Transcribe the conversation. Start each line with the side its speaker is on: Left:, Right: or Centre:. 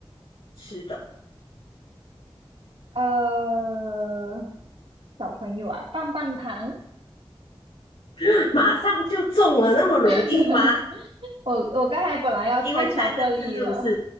Left: 吃的，
Right: 呃，小朋友啊，棒棒糖。
Left: <laughs> 马上就中了，那么容易吗？
Right: <laughs> 我我刚才本来要猜巧克力的，
Left: 因为三个字是不是？